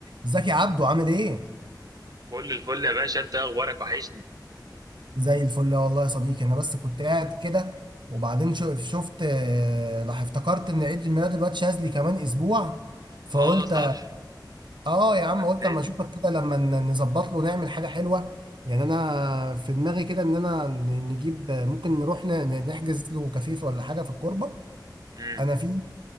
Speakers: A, on the right; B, on the right.
A: ازيك يا عبدو عامل ايه؟
B: كل الفل يا باشا انت اخبارك وحشني
A: زي الفل والله يا صديقي انا بس كنت قاعد كده وبعدين شو- شفت آه، راح افتكرت ان عيد الميلاد الواد شاذلي كمان اسبوع فقلت
B: اه صح
A: اه يا
B: فكرتني
A: عم قلت اما اشوفك كده لما ن- نظبط له نعمل حاجة حلوة يعني انا في دماغي كده ان انا ن- نجيب ممكن نروح ن- نحجز له كافيه ولا حاجة في الكوربة
B: امم
A: انا في